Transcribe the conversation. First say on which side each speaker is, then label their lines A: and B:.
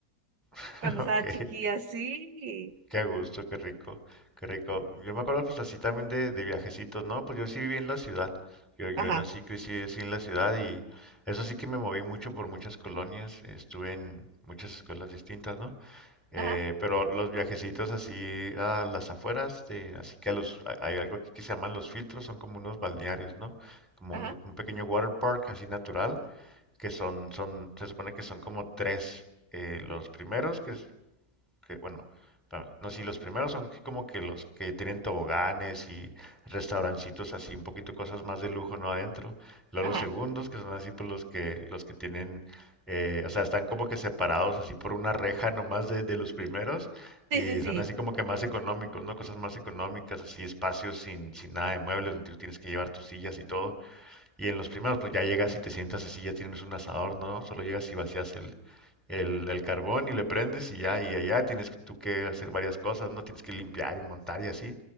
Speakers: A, in the centre; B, on the right (about 75°).
A: <laughs>
B: cuando
A: ok.
B: estaba chiquilla, sí.
A: Qué gusto, qué rico, qué rico. Yo me acuerdo pues así también de, de viajecitos, ¿no? Pues yo sí viví en la ciudad. Yo, yo
B: Ajá,
A: nací, crecí así en la ciudad y eso sí que me moví mucho por muchas colonias. Estuve en muchas escuelas distintas, ¿no? Eh,
B: ajá,
A: pero los viajecitos así a las afueras, de, así que a los, a- hay algo aquí que se llaman los filtros, son como unos balnearios, ¿no? Como
B: ajá,
A: un, un pequeño water park así natural, que son, son, se supone que son como tres. eh, los primeros, que es que, bueno, pa- no, sí, los primeros son como que los que tienen toboganes y restaurancitos así, un poquito cosas más de lujo, ¿no? Adentro. Luego
B: ajá.
A: los segundos, que son así, pues los que, los que tienen, eh, o sea, están como que separados así por una reja nomás de, de los primeros
B: Sí,
A: y
B: sí, sí,
A: son así como que más económicos, ¿no? Cosas más económicas, así, espacios sin, sin nada de muebles, donde tú tienes que llevar tus sillas y todo. Y en los primeros, pues ya llegas y te sientas así, ya tienes un asador, ¿no? Solo llegas y vacías el, el, el carbón y le prendes y ya, y allá tienes que- tú que hacer varias cosas, ¿no? Tienes que limpiar y montar y así.